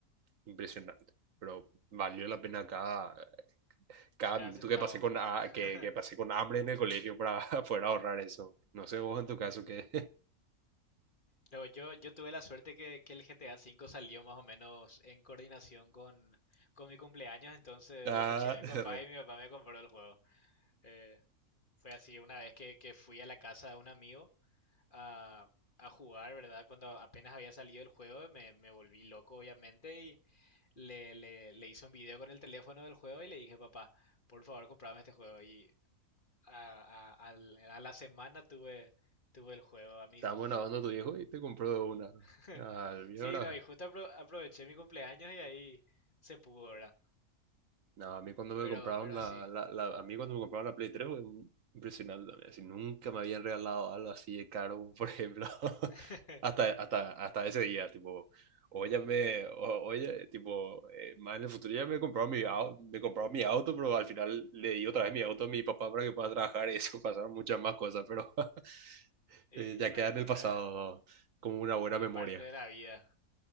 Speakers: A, on the right (about 65°); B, on the left (about 35°).
A: impresionante. Pero valió la pena cada, cada
B: Cada
A: minuto
B: centavo.
A: que pasé con, ha-
B: <laughs>
A: que, que pasé con hambre en el colegio para <laughs> poder ahorrar eso. No sé vos en tu caso qué
B: No, yo, yo tuve la suerte que, que el GTA V salió más o menos en coordinación con, con mi cumpleaños, entonces
A: Ah,
B: le peché a mi
A: <laughs>
B: papá
A: re.
B: y mi papá me compró el juego. Eh, Fue así una vez que, que fui a la casa de un amigo a, a jugar, ¿verdad? Cuando apenas había salido el juego, me, me volví loco, obviamente, y le, le, le hice un video con el teléfono del juego y le dije, papá, por favor, comprame este juego. Y a, a- al- a la semana tuve, tuve el juego a mi
A: Estábamos
B: disposición.
A: grabando a tu viejo y te compró una.
B: <laughs>
A: Al mío
B: Sí,
A: ahora.
B: no, y justo apro- aproveché mi cumpleaños y ahí se pudo, ¿verdad?
A: No, a mí cuando me
B: Pero,
A: compraron
B: pero
A: la,
B: así.
A: la, la- a mí cuando me compraron la Play 3 fue impresionante también. Así, nunca me habían regalado algo así de caro, por ejemplo. <laughs>
B: <laughs>
A: Hasta, hasta, hasta ese día, tipo, oye, me, o- oye, tipo, eh, más en el futuro ya me compraron mi auto, me compraron mi auto, pero al final le di otra vez mi auto a mi papá para que pueda trabajar y eso <laughs> pasaron muchas más cosas, pero <laughs>
B: Y
A: eh, ya
B: bueno,
A: queda en el
B: pero
A: pasado
B: es,
A: como una buena
B: es
A: memoria.
B: parte de la vida.